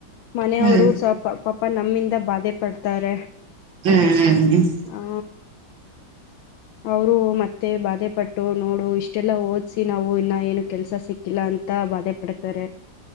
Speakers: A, on the left (about 80°); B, on the right (about 75°).
A: ಮನೆಯವರು
B: ಹ್ಮ್
A: ಸ್ವಪ ಪಾಪ ನಮ್ಮಿಂದ ಬಾಧೆ ಪಡ್ತಾರೆ
B: ಹ್ಮ್ ಹ್ಮ್ ಹ್ಮ್
A: ಆ ಅವರು ಮತ್ತೆ ಬಾಧೆ ಪಟ್ಟು ನೋಡು ಇಷ್ಟೆಲ್ಲಾ ಓದ್ಸಿ ನಾವು ಇನ್ನ ಏನು ಕೆಲ್ಸ ಸಿಕ್ಕಿಲಾ ಇಲ್ಲ ಅಂತ ಬಾಧೆ ಪಡ್ತಾರೆ